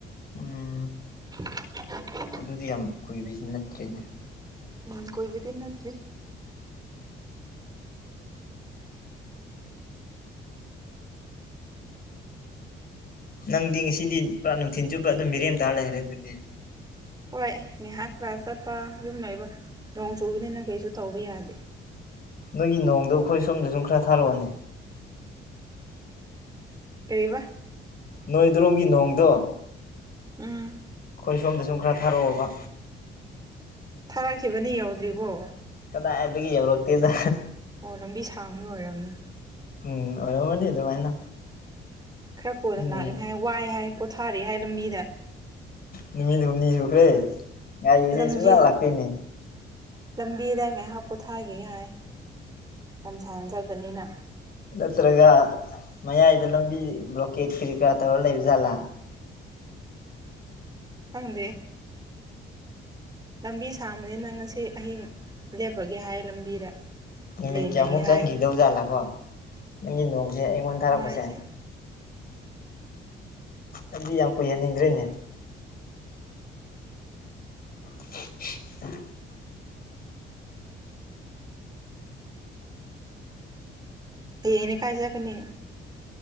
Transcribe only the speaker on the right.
<inaudible>
ꯎꯝ ꯀꯣꯏꯕꯨꯗꯤ ꯅꯠꯇ꯭ꯔꯤ
ꯍꯣꯏ ꯉꯥꯏꯍꯥꯛ ꯀ꯭ꯂꯥꯁ ꯆꯠꯄ ꯌꯨꯝ ꯂꯩꯕ ꯅꯣꯡ ꯆꯨꯕꯅꯤꯅ ꯀꯩꯁꯨ ꯇꯧꯕ ꯌꯥꯗꯦ
ꯀꯩꯕ
ꯎꯝ
ꯊꯥꯔꯛꯈꯤꯕꯅꯤ ꯌꯧꯗ꯭ꯔꯤꯕꯣ
ꯑꯣ ꯂꯝꯕꯤ ꯁꯥꯡꯃ ꯑꯣꯏꯔꯝꯅꯤ
ꯈꯔ ꯀꯣꯟꯅ
ꯂꯥꯛꯒꯅꯤ ꯍꯥꯏ ꯋꯥꯏ ꯍꯥꯏ ꯄꯣꯊꯥꯔꯤ ꯍꯥꯏ ꯂꯝꯕꯤꯗ
ꯂꯝꯖꯤ
ꯂꯝꯕꯤꯗ ꯉꯥꯏꯍꯥꯛ ꯄꯣꯊꯥꯒꯤꯒꯦ ꯍꯥꯏ ꯂꯝꯁꯥꯡ ꯆꯠꯄꯅꯤꯅ
ꯈꯪꯗꯦ ꯂꯝꯕꯤ ꯁꯥꯡꯕꯅꯤꯅꯪ ꯉꯁꯤ ꯑꯍꯤꯡ ꯂꯦꯞꯄꯒꯦ ꯍꯥꯏ ꯂꯝꯕꯤꯗ
ꯂꯦꯜꯂꯒꯦ
ꯍꯥꯏ
ꯉꯥꯏꯁꯦ
ꯍꯌꯦꯡꯗꯤ ꯀꯥꯏ ꯆꯠꯀꯅꯤ